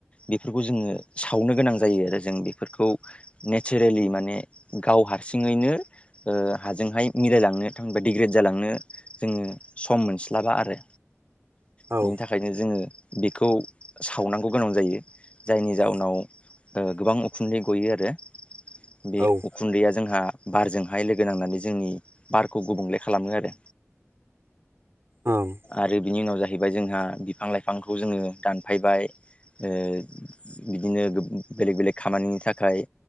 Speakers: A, on the left (about 25°); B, on the right (about 55°).
A: बेफोरखौ जोङो सावनो गोनां जायो आरो जों बेफोरखौ नेचारेलि माने गाव हारसिङैनो ओ हाजोंहाय मिलायलांनो थांबा डिग्रेद जालांनो जोङो सम मोनस्लाबा आरो।
B: औ
A: बिनि थाखायनो जोङो बेखौ सावनांगौ गोनां जायो। जायनि जाउनाव ओ गोबां उखुन्दै गयो आरो। बे
B: ओं
A: उखुन्दैया जोंहा बारजोंहाय लोगो नांनानै जोंनि बारखौ गुबुंले खालामो आरो।
B: औ
A: आरो बिनि उनाव जाहैबाय जोंहा बिफां लाइफांखौ जोङो दानफायबाय। ओ बिदिनो बेलेग - बेलेग खामानिनि थाखाय